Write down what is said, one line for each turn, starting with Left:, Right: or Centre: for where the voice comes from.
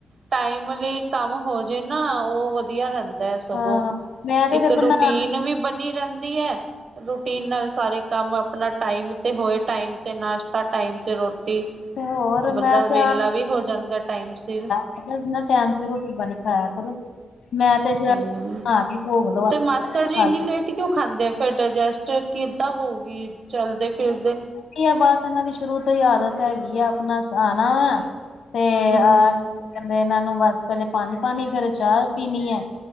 Right: ਟਾਈਮ ਵੀ ਕੰਮ ਹੋ ਜੇ ਨਾ ਉਹ ਵਧੀਆ ਰਹਿੰ ਦਾ ਇਹ ਸਗੋਂ,
Left: ਹਾਂ ਮੈਂ ਤੇ
Right: ਇੱਕ
Left: ਫੇਰ
Right: ਰੂਟੀਨ
Left: ਬਣਾ
Right: ਵੀ ਬਣੀ ਰਹਿੰਦੀ ਹੈ ਰੂਟੀਨ ਨਾਲ ਸਾਰੇ ਕੰਮ ਆਪਨਾ ਟਾਈਮ ਤੇ ਹੋਏ ਟਾਈਮ ਤੇ ਨਾਸ਼ਤਾ ਟਾਈਮ ਤੇ ਰੋਟੀ,
Left: ਤੇ ਹੋਰ
Right: ਬੰਦਾ
Left: ਮੈਂ
Right: ਵਿਹਲਾ
Left: ਤੇ
Right: ਵੀ ਹੋ ਜਾਂਦਾ ਟਾਈਮ ਸਿਰ
Left: ਆਖਿਆ ਸੀ ਨਾ ਟੈਮ ਸਿਰ ਰੋਟੀ ਪਾਣੀ ਖਾਇਆ ਕਰੋ ਮੈਂ ਤੇ ਸ਼ਾਇਦ
Right: ਹਮ
Left: ਬਣਾ ਕੇ ਭੋਗ ਲਵਾ
Right: ਤੇ
Left: ਕੇ
Right: ਮਾਸੜ ਜੀ
Left: ਫਲ
Right: ਇੰਨੀ ਲੇਟ ਕਿਉਂ‌ ਖਾਂਦੇ ਫੇਰ ਡਾਇਜਸਟ ਕਿੱਦਾਂ ਹੋਉਗੀ ਚਲਦੇ ਫਿਰਦੇ
Left: ਕੀ ਹੈ ਬਸ ਇਹਨਾਂ ਦੀ ਸ਼ੁਰੂ ਤੋਂ ਹੀ ਆਦਤ ਹੈਗੀ ਆ ਆਪਣਾ ਆਣਾ ਤੇ
Right: ਹਮ
Left: ਆਹ, ਕਹਿੰਦੇ ਇਹਨਾਂ ਨੂੰ ਬਸ ਪਹਿਲੇ ਪਾਣੀ- ਪਾਣੀ, ਫਿਰ ਚਾਹ ਪੀਣੀ ਹੈ